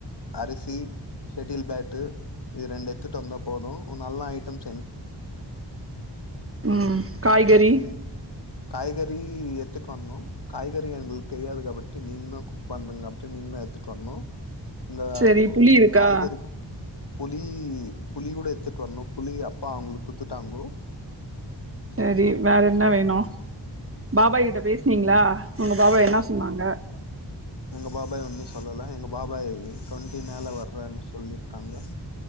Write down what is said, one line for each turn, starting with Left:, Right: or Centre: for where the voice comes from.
Left: அரிசி ஷெட்டில் பேட்டு இத் ரெண்டு எத்துட் வந்தா போது நல்ல ஐட்டம்
Right: ம் காய்கறி
Left: ம் காய்கறி எத்துட்டு வந்தோ காய்கறி எங்களுக்கு தெரியாது அதபட்டி நீங்கதா குக் பண்ணுங்க அப்டி நீ இன்னு எத்துட்டு வந்தோ இங்க
Right: சரி
Left: கு
Right: புளி இருக்கா
Left: காய்கறி புளி புளி கூட எத்துட்டு வந்தோ புளி அப்பா அவுங்களுக்கு குடுத்துட்டாங்கோ
Right: சரி வேற என்ன வேணு பாபா கிட்ட பேசினீங்ளா உங்க பாபா என்னா சொன்னாங்க
Left: எங்க பாபாய் ஒன்னு சொல்லல எங்க பாபாய் டுவெண்ட்டி மேல வர்றனு சொல்லியிருக்காங்க